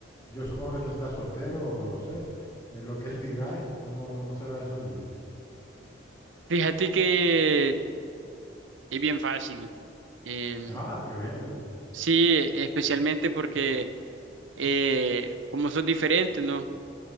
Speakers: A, on the left; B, on the right.
A: yo supongo que tú estás soltero o no lo sé. Eh, lo que es ligar, ¿cómo, cómo se da eso allí?
B: Fíjate que es bien fácil. Em,
A: Ah, qué bien.
B: sí, especialmente porque eh, como son diferentes, ¿no?